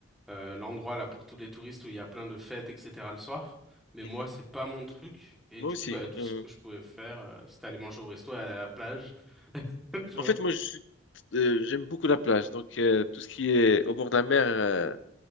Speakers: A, in the centre; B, on the left.
A: euh, l'endroit là pour tous les touristes où il y a plein de fêtes, etc. le soir. Mais
B: Mhm.
A: moi, c'est pas mon truc. Et
B: Moi
A: du
B: aussi.
A: coup, bah, tout
B: euh.
A: ce que je pouvais faire, euh, c'était aller manger au resto et aller à la plage. <laughs> Tu
B: En
A: vois?
B: fait, moi, je suis, euh, j'aime beaucoup la plage. Donc, euh, tout ce qui est au bord de la mer, euh,